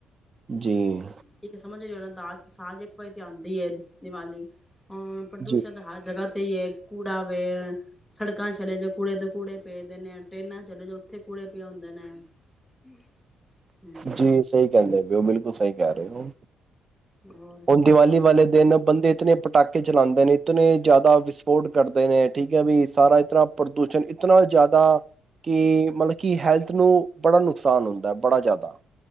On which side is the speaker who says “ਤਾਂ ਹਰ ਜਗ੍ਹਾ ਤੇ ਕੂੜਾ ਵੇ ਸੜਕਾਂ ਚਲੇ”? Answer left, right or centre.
Centre